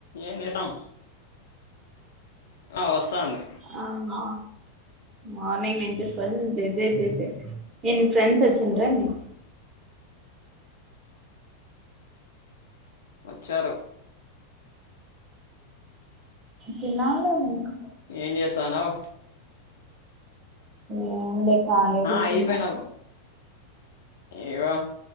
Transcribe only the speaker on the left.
ఏం చేసాం ఆ వసంధి
వచ్చారు
ఏం చేస్తానవు
ఆ
అయిపోయినా ఏవో ఏమొ